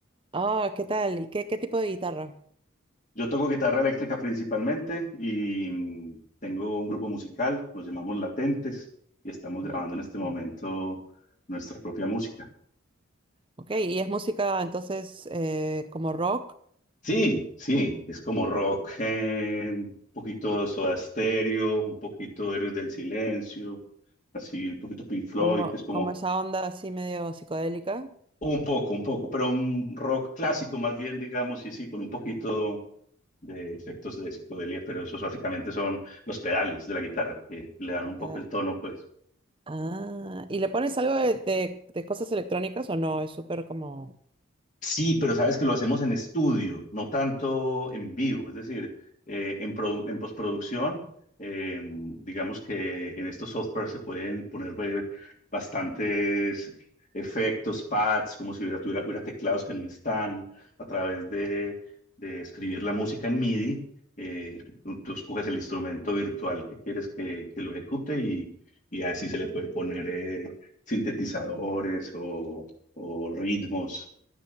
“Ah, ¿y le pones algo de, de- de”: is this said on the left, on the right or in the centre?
Right